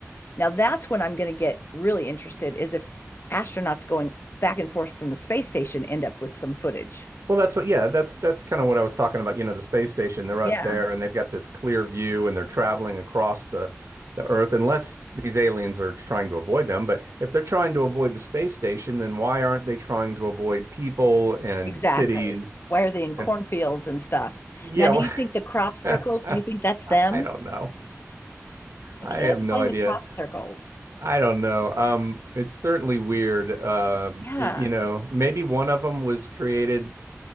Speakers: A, on the left; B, on the right.
A: Now that's when I'm going to get really interested is if astronauts going back and forth from the space station end up with some footage.
B: Well, that's what, yeah, that's that's kind of what I was talking about. You know, the space station, they're
A: Yeah,
B: up there and they've got this clear view and they're traveling across the, the Earth, unless these aliens are trying to avoid them. But if they're trying to avoid the space station, then why aren't they trying to avoid people and
A: exactly.
B: cities?
A: Why are they in
B: And
A: cornfields and stuff?
B: yeah,
A: Now, do you think the crop circles,
B: <laughs>
A: do you think that's them?
B: I don't know.
A: I
B: I
A: can't
B: have
A: explain
B: no idea.
A: the crop circles.
B: I don't know. Um, it's certainly weird. Um,
A: Yeah.
B: y- you know, maybe one of them was created,